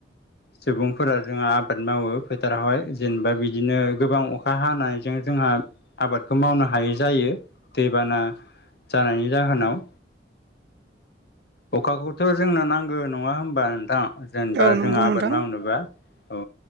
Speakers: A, on the left; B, on the right.
A: सुबुंफोरा जोंहा आबाद मावो फोथारावहाय जेनबा बिदिनो गोबां अखा हानायजों जोंहा आबादखौ मावनो हायै जायो दैबाना जानायनि जाहोनाव अखाखौथ' जोंनो नांगो नङा होमबा नोंथां जेनबा
B: औ नंगौ
A: जोंहा आबाद
B: नोंथां
A: मावनोबा औ